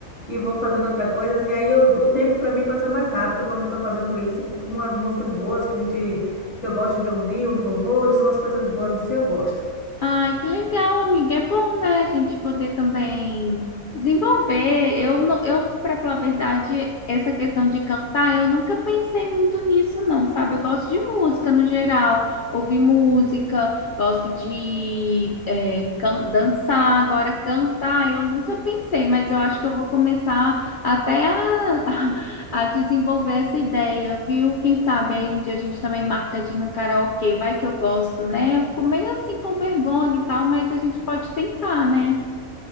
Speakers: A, on the left (about 20°); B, on the left (about 85°).
A: e vou fazendo outra coisa assim. Aí eu- o tempo para mim passa mais rápido quando eu tô fazendo isso, com umas músicas boas que a gente que eu gosto de ouvir, uns louvores, umas coisas boas assim, eu gosto.
B: Ai, que legal, amiga. É bom, né, a gente poder também desenvolver. Eu, não- eu para falar a verdade, essa questão de cantar, eu nunca pensei muito nisso, não, sabe? Eu gosto de música no geral, ouvir música, gosto de é, can- dançar. Agora, cantar, eu nunca pensei, mas eu acho que eu vou começar até a <laughs> a desenvolver essa ideia, viu? Quem sabe aí um dia a gente também marca de ir num karaokê, vai que eu gosto, né? Eu fico meio assim com vergonha e tal, mas a gente pode tentar, né?